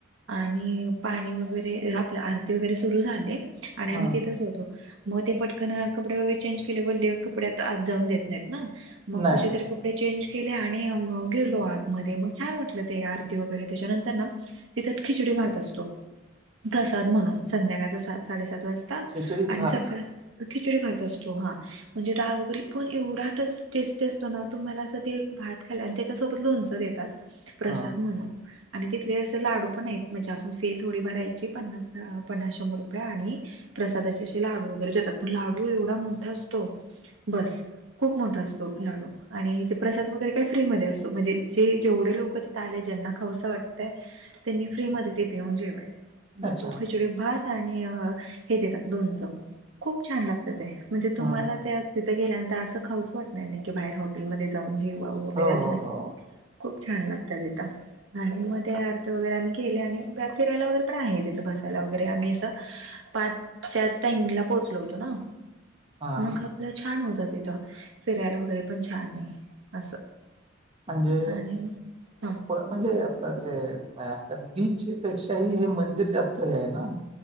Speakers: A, on the right; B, on the right.
A: आणि पाणी वगैरे आपल्या आरती वगैरे सुरु झाले आणि आम्ही
B: हा
A: तेथच होतो मग ते पटकन कपडे वगर चेंज केले वले कपड्यात आत जाऊन देत नाहीत ना मग
B: नाही
A: कश तरी ं के गेलो आत छान वाट आरती वरे त्याच्यानंतर तिथ खिचडी, भात असतो प्रसाद म्हणून संध्याकाळचा सात साडेसात वाजता
B: खिचडी
A: आणि
B: भात
A: सकाळ खिचडी, भात असतो हा म्हणजे डाळ वगैरे पण एवढा टेस्टी असतो ना, तुम्हाला असं ते भात खाल्ल आणि त्याच्यासोबत लोणचं देतात. प्रसाद
B: हा
A: म्हणून. आणि तिथले असं लाडू पण आहेत, म्हणजे आपण फी थोडी भरायची पन्नास अ पन्नास, शंभर रुपये आणि प्रसादाचे असे लाडू वगैरे देतात. पण लाडू एवढा मोठा असतो. बसं खूप मोठा असतो लाडू. आणि ते प्रसाद वगैरे काही फ्रीमध्ये असतो, म्हणजे जे जेवढे लोक तिथ आले ज्यांना खावंस वाटतंय. त्यांनी फ्री मध्ये तेथे येऊन जेवायच. मग
B: अच्छा
A: तू खिचडी भात आणि हे देतात, लोणचं खूप छान लागतं ते. म्हणजे तुम्हाला
B: हा
A: त्या तिथं गेल्यानंतर असं खाऊच वाटणार नाही की, बाहेर हॉटेल मध्ये जाऊन जे- वाव वगैरे
B: हो
A: असं
B: हो
A: नाही,
B: हो
A: खूप छान लागतात ते तांदूळ. आणि मग ते आरती वगैरे आम्ही केले, आणि फिरायला वगैरे पण आहे तिथं बसायला वगैरे आम्ही असं पाचच्याच टाइमिंगला पोहोचलो होतो ना.
B: हा
A: मग आपलं छान होतं तिथं, फिरायला वगैरे पण छान आहे असं.
B: म्हणजे
A: आणि ह
B: म्हणजे आपलं ते बीच. पेक्षाही हे मंदिर जास्त हे आहे ना.